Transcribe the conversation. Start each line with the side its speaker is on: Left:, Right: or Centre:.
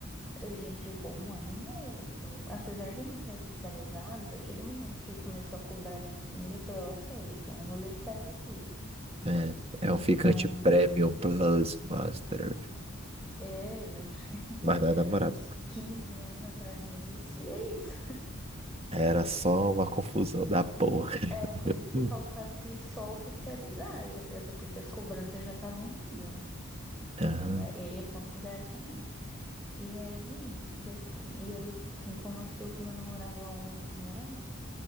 Centre: a gente ficou um ano e meio. Então, apesar de não ter oficializado, a partir do momento que ele começou a cobrar da minha família, eu falei, ok, tem um rolê é sério aqui.
Right: É, é
Centre: Então,
Right: um ficante Premium Plus Master,
Centre: é, mas <laughs> aí,
Right: mas não é namorado.
Centre: uns 15 anos atrás não existia isso.
Right: Era só uma confusão da porra.
Centre: Era como se
Right: Hum.
Centre: faltasse só oficializar, e até porque as cobranças já estavam vindo, né?
Right: Aham.
Centre: Então, é- ele eu considero também. E aí, depois, e aí, tipo assim, como eu estou com meu namorado há 11 anos,